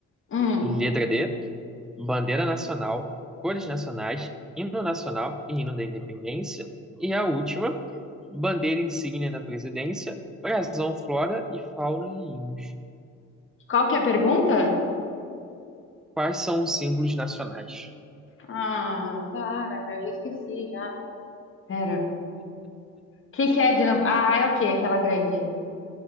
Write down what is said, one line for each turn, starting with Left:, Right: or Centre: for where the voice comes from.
Left: hum.
Centre: Letra D, bandeira nacional, cores nacionais, hino nacional e hino da independência, e a última, bandeira insígnia da presidência, brasão, flora e fauna e hinos.
Left: Qual que é a pergunta?
Centre: Quais são os símbolos nacionais?
Left: Ah, para, meu, já esqueci já. Pera. O que que é de novo? Ah, é o quê? Aquela grande.